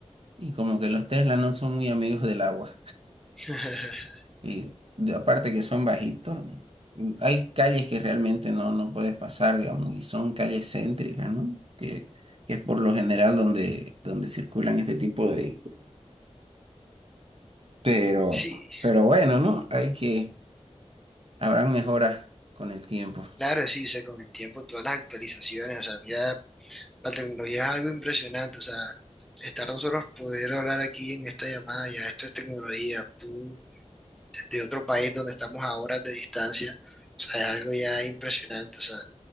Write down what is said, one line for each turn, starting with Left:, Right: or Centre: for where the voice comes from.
Right: y como que los Tesla no son muy amigos del agua.
Centre: <laughs>
Right: Y de- aparte que son bajitos, mm, hay calles que realmente no, no puedes pasar, digamos, y son calles céntricas, ¿no? Que, que es por lo general donde, donde circulan este tipo de vehículos. Pero,
Centre: Sí,
Right: pero bueno, ¿no? Hay que, habrán mejoras con el tiempo.
Centre: claro, sí, sé, con el tiempo todas las actualizaciones, o sea, mira, la tecnología es algo impresionante, o sea, estar nosotros poder hablar aquí en esta llamada, ya esto es tecnología, tú de otro país donde estamos a horas de distancia, o sea, es algo ya impresionante, o sea,